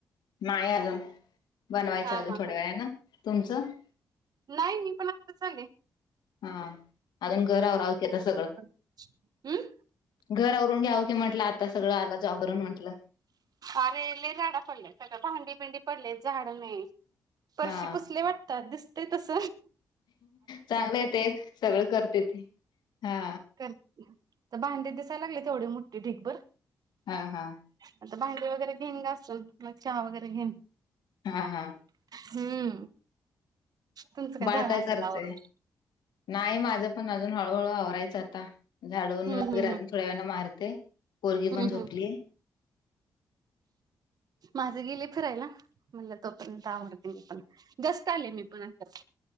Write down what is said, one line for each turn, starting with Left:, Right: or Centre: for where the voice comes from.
Left: नाही अजुन बनवायचं
Right: हा हा
Left: अ थोड्या
Right: हा
Left: वेळ ना तुमचं?
Right: नाही मी पण आता आले.
Left: हा अजून घर आवरायचं सगळ.
Right: हम्म
Left: घर अवरून घ्याव की म्हंटलं आता सगळं आलं जॉब वरून म्हटलं.
Right: अरे लय राडा पडला त आता भांडी बिंडी पडलेत झाडं नाही. फरशी
Left: हा
Right: पुसले वाटत दिसते तस
Left: चांगलं आहे ते सगळं करते ती हा
Right: रते की पन भांडे दिसायला लागलेत येवढे मोठठीे ढीगबर
Left: हा हा
Right: आता भांडी वगैरे घेईन घासून मग चहा वगैरे घेईन.
Left: हा हा
Right: हम्म तुमचं
Left: बाळ
Right: झालं
Left: काय
Right: असेल
Left: करतय?
Right: आवरून.
Left: नाही माझं पण अजून हळूहळू आवरायचं आता झाडून
Right: हम्म
Left: वगैरे
Right: हम्म
Left: अजून
Right: हम्म
Left: थोड्या वेळान मारते. पोरगी
Right: हम्म
Left: पण झोपली.
Right: हम्म माझं गेलेय फिरायला. म्हणलं तो पर्यंत आवरते मी पण. जस्ट आले मी पण आताच.